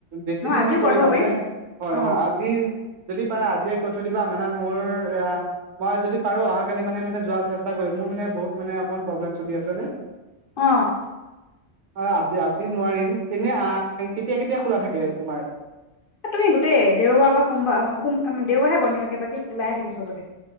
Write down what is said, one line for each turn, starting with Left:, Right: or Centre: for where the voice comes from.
Right: বেছি
Left: নহয়
Right: দিন
Left: আজিও
Right: নকৰিবা
Left: কৈ থ'ব পাৰিম
Right: মানে হয়,
Left: অ
Right: হয়, আজি যদি পাৰে আজিয়ে কৈ থৈ দিবা মানে মোৰ এয়া মই যদি পাৰো অহাকালি মানে মানে যোৱাৰ চেষ্টা কৰিম, মোৰ মানে বহুত মানে অকমান প্ৰব্লেম চলি আছে যে।
Left: অ'।
Right: অ', আজি আজি নোৱাৰিম এনে কেতিয়া কেতিয়া খোলা থাকে তোমাৰ?
Left: তুমি গোটেই দেওবাৰ বা সোমবাৰ দেওবাৰে হে বন্ধ থাকে বাকী খোলাই থাকে চবতে।